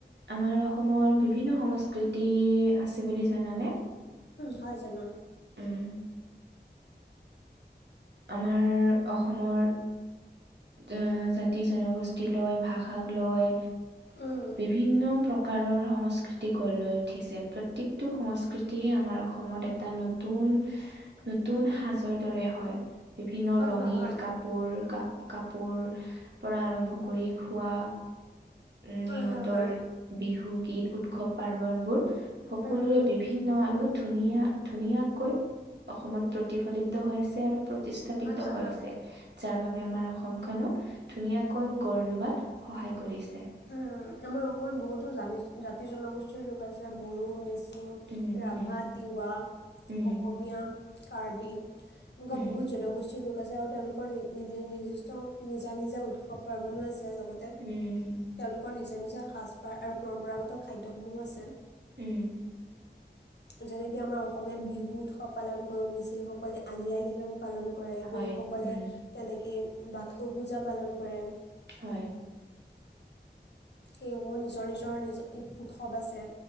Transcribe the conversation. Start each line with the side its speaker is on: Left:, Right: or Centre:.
Right: আমাৰ অসমৰ বিভিন্ন সংস্কৃতি আছে বুলি জানানে
Left: হয় জানো
Right: উম আমাৰ অসমত আহ জাতি জনগোষ্ঠী লয় ভাষাক লয়
Left: উম,
Right: বিভিন্ন প্ৰকাৰ প্ৰকাৰৰ সংস্কৃতি গঢ় লৈ উঠিছে প্ৰত্যেকটো সংস্কৃতিয়ে আমাৰ অসমত এটা নতুন নতুন সাজৰ দৰে হয় বিভিন্ন
Left: হয়
Right: ৰঙিল
Left: হয় হয়
Right: কাপোৰ কাপোৰ পৰা আৰম্ভ কৰি খোৱা উম
Left: হয়
Right: সিহঁতৰ
Left: হয় হয়
Right: বিহু গীত উৎসৱ পাৰ্বনবোৰ সকলোৰে
Left: উম, উম।
Right: বিভিন্ন আৰু ধুনীয়া ধুনীয়াকৈ অসমত প্ৰতিফলিত হৈ আছে আৰু প্ৰতিষ্ঠাপিত
Left: হয় হয়
Right: হৈ
Left: হয়
Right: আছে যাৰ বাবে আমাৰ অসমখনক ধুনীয়াকৈ গঢ় লোৱাত সহায় কৰিছে
Left: উম আমাৰ অকমান বহুতো জাতি জনগোষ্ঠীয় লোক আছে বড়ো মিছিং
Right: উম উম
Left: ৰাভা তিৱা
Right: উম
Left: অসমীয়া কাৰ্বি এনেকুৱা
Right: উম
Left: বহুত জনগষ্ঠী লোক আছে আৰু তেওঁলোকৰ নিজ নিৰ্দিষ্ট নিজা নিজা উৎসৱ পাৰ্বণো আছে লগতে
Right: উম উম
Left: তেওঁলোকৰ নিজৰ নিজৰ সাজপাৰ আৰু পৰম্পৰাগত খাদ্যসমূহো আছে
Right: উম
Left: যেনেকে আমাৰ অসমীয়াত বিহু উৎসৱ পালন কৰোঁ মিচিংসকলে আলি আই লৃগাং পালন কৰে
Right: হয়
Left: বড়োসকলে
Right: উম
Left: তেনেকৈ বাথৌ পূজা পালন কৰে
Right: হয়।
Left: সেইসমূহ নিজৰ নিজৰ নিজৰ উৎসৱ আছে।